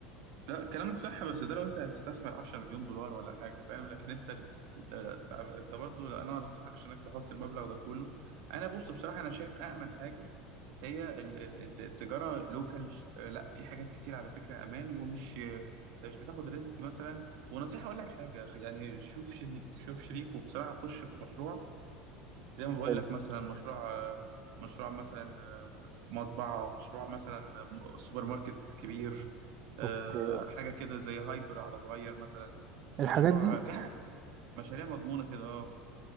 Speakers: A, on the right; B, on the right.
A: لا كلامك صح بس ده لو انت هتستثمر 10 مليون دولار ولا حاجه فاهم لكن انت ال- انت انت برضه لا، انا ما انصحكش انك تحط المبلغ ده كله انا بص بصراحه انا شايف امن حاجه هي ال- ال- التجارة لوكال لا في حاجات كتير على فكرة أمان ومش أنت مش بتاخد ريسك مثلا ونصيحة أقول لك حاجة يعني شوف شريك شوف شريك وبصراحة خش في مشروع زي ما بقول
B: حلو.
A: لك مثلا مشروع آه، مشروع مثلا آه، مطبعة مشروع مثلا م- سوبر ماركت كبير آه،
B: اوكي
A: حاجة كده زي هايبر على صغير مثلا
B: الحاجات
A: مشروع
B: دي
A: في حاجة مشاريع مضمونة كده اه